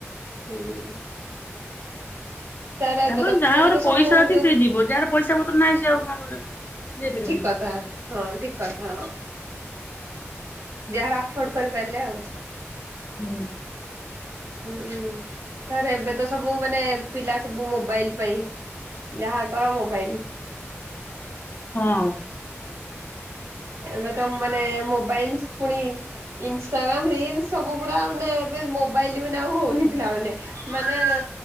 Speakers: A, on the right; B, on the left.
A: ହୁଁ। ତାର ଏବେ
B: ତାପରେ
A: ତ
B: ଯା
A: ଏବେ
B: ଘରେ
A: ତ
B: ପଇସା
A: ସବୁ
B: ଅଛି
A: ଯୋଉ
B: ସିଏ ଯିବ। ଯାହାର ପଇସା ପତ୍ର ନାହିଁ ସିଏ ଆଉ କଣ ଯାଇପାରିବ
A: ଠିକ
B: କି?
A: କଥା ହଁ ଠିକ୍ କଥା ହଁ। ଯାହାର ଆଫୋର୍ଡ କରିପାରିଲେ ଆଉ।
B: ହୁଁ।
A: ହୁଁ। ତାପରେ ଏବେ ତ ସବୁ ମାନେ ପିଲା ସବୁ ମୋବାଇଲ ପାଇଁ ଯାହା କର ମୋବାଇଲ।
B: ହଁ।
A: ଏବେ ତ ମାନେ ମୋବାଇଲସ୍ ପୁଣି ଇନଷ୍ଟାଗ୍ରାମ ରିଲସ୍ ସବୁ ପୁରା ମାନେ ଏବେ ମୋବାଇଲ ବିନା ଆଉ ହଉନି ପିଲାମାନେ ମାନେ